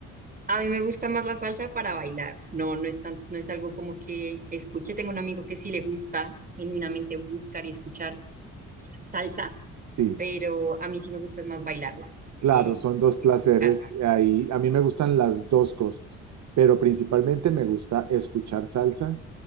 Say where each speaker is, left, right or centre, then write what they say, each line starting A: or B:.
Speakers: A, on the right; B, on the right.
A: a mí me gusta más la salsa para bailar. No, no es tan, no es algo como que escuche. Tengo un amigo que sí le gusta genuinamente buscar y escuchar salsa,
B: sí.
A: pero a mí sí me gusta es más bailarla
B: Claro,
A: que,
B: son dos
A: que
B: placeres.
A: escucharla.
B: eh, Ahí, a mí me gustan las dos cosas, pero principalmente me gusta escuchar salsa